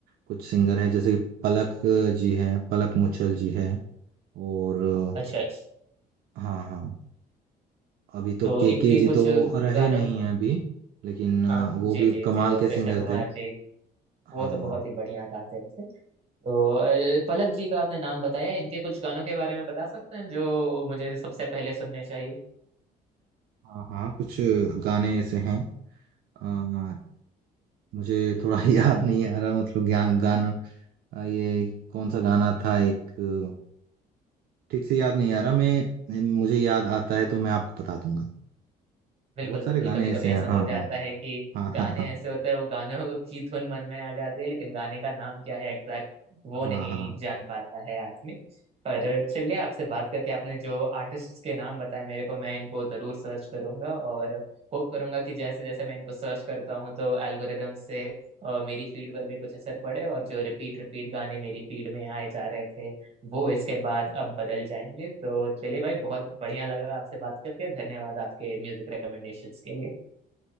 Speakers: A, on the right; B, on the right.
A: कुछ सिंगर हैं जैसे कि पलक जी हैं पलक मुचल जी हैं और अ,
B: अच्छा अच्छा।
A: हाँ हाँ अभी तो
B: तो
A: के
B: इनके
A: के जी
B: कुछ
A: तो रहे
B: गानों
A: नहीं हैं अभी लेकिन अ,
B: हाँ
A: वो
B: जी
A: भी
B: जी
A: कमाल
B: जी वो
A: के
B: कृष्ण
A: सिंगर
B: कुमार
A: थे
B: जी वो
A: हाँ
B: तो बहुत ही बढ़िया गाते थे तो अ, पलक जी का आपने नाम बताया इनके कुछ गानों के बारे में बता सकते हैं जो मुझे सबसे पहले सुनने चाहिए
A: हाँ हाँ कुछ गाने ऐसे हैं अ, मुझे थोड़ा <laughs> याद नहीं आ रहा मतलब ज्ञान गाना अ, ये कौन सा गाना था एक अ, ठीक से याद नहीं आ रहा मैं मुझे याद आता है तो मैं आपको बता दूंगा
B: बिल्कुल
A: बहुत
B: बिल्कुल
A: सारे गाने
B: कभी कभी
A: ऐसे हैं
B: ऐसा हो
A: हाँ
B: जाता है कि
A: हाँ
B: गाने
A: हाँ हाँ
B: ऐसे होते हैं वो गानों <laughs> की धुन मन में आ जाती है लेकिन गाने का नाम क्या है एग्जैक्ट वो
A: हाँ
B: नहीं
A: हाँ हाँ
B: जान पाता है आदमी पर चलिए आपसे बात करके आपने जो आर्टिस्ट के नाम बताए मेरे को मैं इनको जरूर सर्च करूंगा और होप करूंगा कि जैसे जैसे मैं इनको सर्च करता हूँ तो एल्गोरिदम से अ, मेरी फीड पर भी कुछ असर पड़े और जो रिपीट रिपीट गाने मेरी फीड में आए जा रहे थे वो इसके
A: हाँ,
B: बाद अब बदल जाएंगे तो चलिए भाई बहुत बढ़िया लगा आपसे बात करके धन्यवाद आपके म्यूजिक रिकमेंडेशंस के लिए